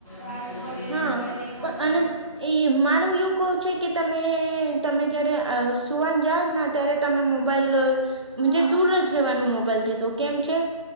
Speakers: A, on the right; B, on the right.
A: રાત ભરીને
B: હા
A: મોબાઈલ દેખનો
B: અને એ મારું એવું કહવું છે કે તમે તમે જારે સુવાન જાઓ જ ના ્યારે તમે મોબાઈલ
A: હા
B: દ ેવાનું મોબાઈલ થી તો કેમ છે